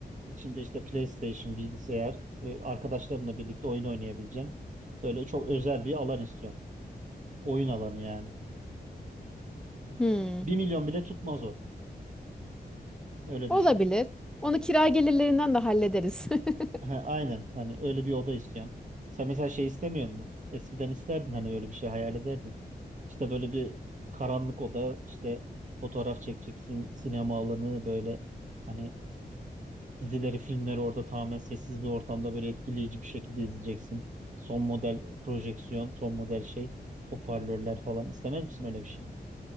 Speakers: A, on the right; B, in the centre.
A: İçinde işte PlayStation, bilgisayar, e, arkadaşlarımla birlikte oyun oynayabileceğim. Böyle çok özel bir alan istiyorum. Oyun alanı yani.
B: Hmm.
A: bir milyon bile tutmaz o. Öyle
B: Olabilir.
A: düşün. <laughs>
B: Onu kira gelirlerinden de hallederiz. <laughs>
A: Ha, aynen. Hani öyle bir oda istiyorum. Sen mesela şey istemiyor musun? Eskiden isterdin hani öyle bir şey hayal ederdin. İşte böyle bir karanlık oda, işte fotoğraf çekeceksin, sinema alanı böyle hani Dizileri, filmleri orada tamamen sessiz bir ortamda böyle etkileyici bir şekilde izleyeceksin. Son model projeksiyon, son model şey, hoparlörler falan. İstemez misin öyle bir şey?